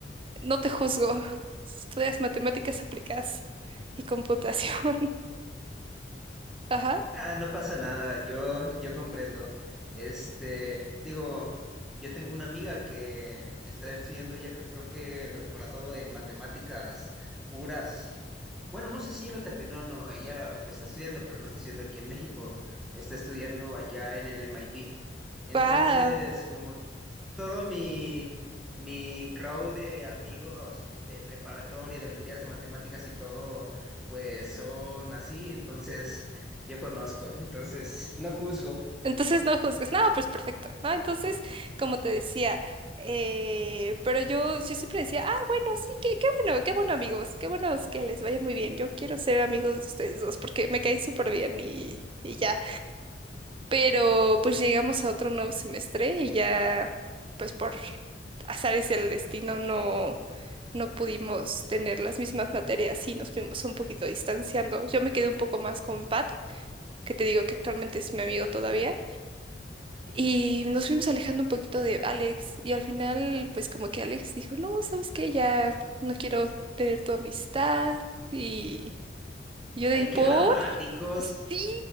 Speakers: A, on the right; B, in the centre.
A: no te juzgo. Estudias matemáticas aplicadas y computación. <laughs> Ajá.
B: Ah, no pasa nada, yo, yo comprendo. Este, digo, yo tengo una amiga que está estudiando ya creo que el doctorado en matemáticas puras. Bueno, no sé si ella lo terminó o no, ella lo está estudiando, pero no lo está estudiando aquí en México, lo está estudiando allá en el MIT. Entonces,
A: Wow.
B: como todo mi, mi crowd de amigos de preparatoria, de Olimpiadas de Matemáticas y todo, pues son así, entonces yo conozco, entonces no juzgo.
A: Entonces no juzgues. No, pues perfecto, ¿no? Entonces, como te decía, eh, pero yo, yo siempre decía, ah, bueno, sí, qué, qué bueno, qué bueno amigos, qué buenos que les vaya muy bien. Yo quiero ser amigos de ustedes dos porque me caen súper bien y, y ya. Pero pues llegamos a otro nuevo semestre y ya, pues por azares del destino no, no pudimos tener las mismas materias y nos fuimos un poquito distanciando. Yo me quedé un poco más con Pat, que te digo que actualmente es mi amigo todavía. Y nos fuimos alejando un poquito de Alex y al final pues como que Alex dijo, no, ¿sabes qué? Ya no quiero tener tu amistad. Y yo de
B: Ay,
A: por...
B: qué dramáticos,
A: Sí,